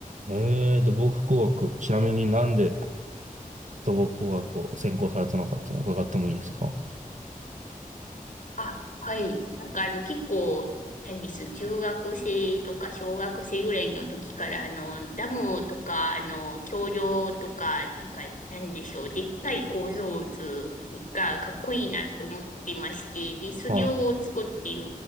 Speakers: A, on the right (about 55°); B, on the left (about 60°).
A: えーと、土木工学。ちなみになんで土木工学を専攻されたのかっていうのを伺ってもいいですか
B: あ、はい。なんかあの、結構、何です、中学生とか小学生ぐらいの時から、あの、ダムとか、あの、橋梁とか、なんか、なんでしょう、でっかい構造図がかっこいいなって思ってまして、で、それを作っている
A: は